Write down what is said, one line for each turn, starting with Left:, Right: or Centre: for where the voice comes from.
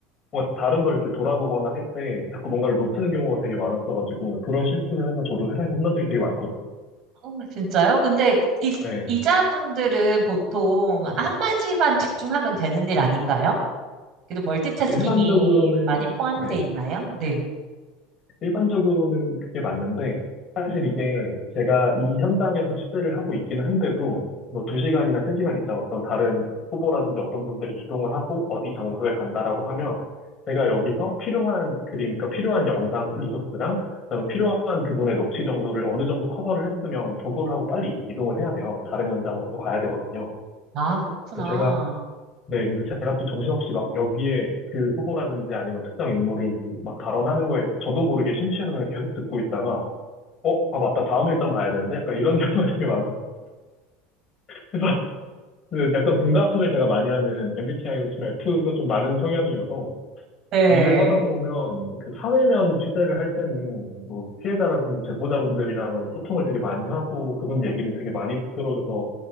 Left: 뭔가 다른 걸 이렇게 돌아보거나 할 때 자꾸 뭔가를 놓치는 경우가 되게 많았어가지고, 그런 실수를 해서 저도 회사에서 혼난 적이 되게 많거든요.
Right: 어, 진짜요? 근데 이,
Left: 네,
Right: 이자분들은 보통
Left: 네.
Right: 한 가지만 집중하면 되는 일 아닌가요? 그래도 멀티태스킹이
Left: 일반적으로는,
Right: 많이 포함돼
Left: 네.
Right: 있나요? 네.
Left: 일반적으로는 그게 맞는데, 사실 이게 제가 이 현장에서 취재를 하고 있기는 한데도, 뭐 2시간이나 3시간 있다 어떤 다른 후보라든지 어떤 분들이 이동을 하고 어디 장소에 간다라고 하면, 제가 여기서 필요한 그림, 그러니까 필요한 영상 리소스랑, 그다음에 필요한 그분의 녹취 정도를 어느 정도 커버를 했으면 도구를 하고 빨리 이동을 해야 돼요. 다른 현장으로 또 가야 되거든요.
Right: 아, 그렇구나.
Left: 근데 제가 네, 근데 제가 또 정신없이 막 여기에 그 후보라든지 아니면 특정 인물이 막 발언하는 거에 저도 모르게 심취해서 그냥 계속 듣고 있다가, 어, 아, 맞다. 다음 일정 가야 되는데? 약간 이런 <laughs> 경우가 되게 많았어요. <laughs> 그래서 그 약간 공감을 제가 많이 하는 MBTI로 치면 F가 좀 많은 성향이어서
Right: 네.
Left: 일을 하다 보면 그 사회면 취재를 할 때는 뭐 피해자라든지 제보자분들이랑 소통을 되게 많이 하고 그분 얘기는 되게 많이 들어줘서